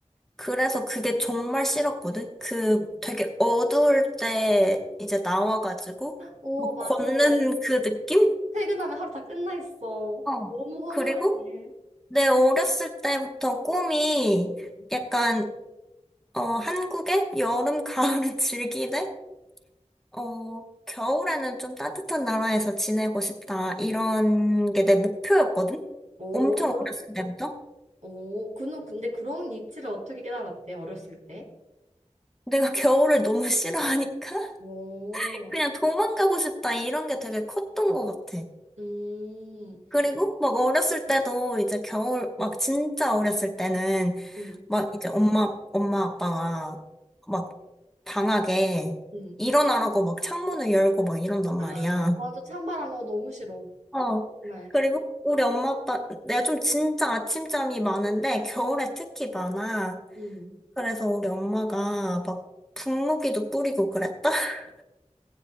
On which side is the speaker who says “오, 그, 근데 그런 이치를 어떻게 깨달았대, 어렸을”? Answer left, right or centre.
Right